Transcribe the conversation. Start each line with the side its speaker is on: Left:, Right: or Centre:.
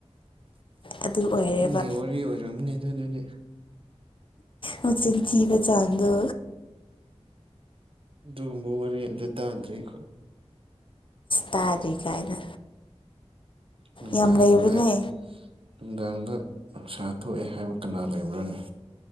Left: ꯑꯗꯨ ꯑꯣꯏꯔꯦꯕ
Right: ꯅꯪꯒꯤ ꯋꯥꯔꯤ ꯑꯣꯏꯔꯝꯅꯦ ꯑꯗꯨ ꯑꯗꯨꯗꯤ
Left: ꯑꯣ ꯆꯤꯟ ꯆꯤꯕ ꯆꯥꯟꯗ
Right: ꯑꯗꯨ ꯃꯔꯤ ꯌꯦꯟ ꯇꯗ꯭ꯔꯤꯈ
Left: ꯇꯥꯔꯤ ꯀꯥꯏꯅ
Right: ꯅꯨꯡꯗꯥꯡꯗ
Left: ꯌꯥꯝ ꯂꯩꯕꯅꯦ
Right: ꯅꯨꯡꯗꯥꯡꯗ ꯅꯨꯡꯁꯥ ꯊꯣꯛꯑꯦ ꯍꯥꯏꯕ ꯀꯅꯥ ꯂꯩꯕ꯭ꯔꯥꯅꯤ